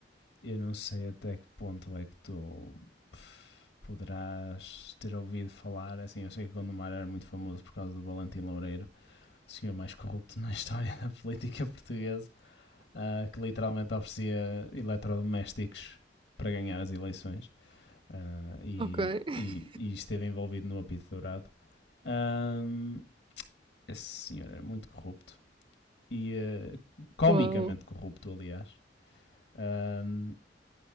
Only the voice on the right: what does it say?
ok. <laughs>
Uau,